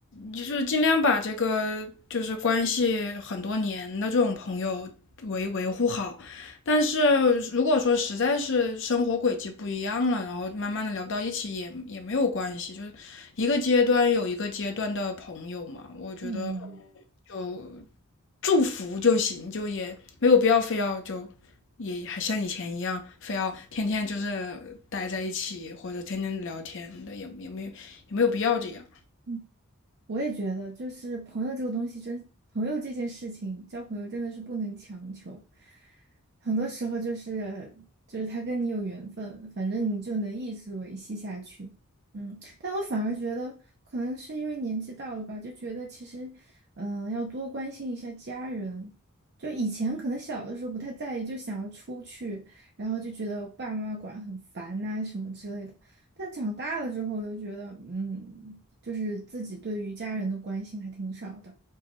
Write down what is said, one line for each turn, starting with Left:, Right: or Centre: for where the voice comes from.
Left: 就是尽量把这个就是关系很多年的这种朋友维维护好。但是如果说实在是生活轨迹不一样了，然后慢慢的聊不到一起也也没有关系，就是一个阶段有一个阶段的朋友嘛，我觉得
Right: 嗯。
Left: 就祝福就行，就也没有必要非要就也还像以前一样，非要天天就是待在一起或者天天聊天的，也也没有也没有必要这样。
Right: 嗯我也觉得，就是朋友这个东西真，朋友这件事情，交朋友真的是不能强求。很多时候就是就是他跟你有缘分，反正你就能一直维系下去。嗯，但我反而觉得，可能是因为年纪到了吧，就觉得其实，嗯、要多关心一下家人。就以前可能小的时候不太在意，就想要出去，然后就觉得爸妈管很烦呐、什么之类的。但长大了之后，又觉得，嗯。就是自己对于家人的关心还挺少的。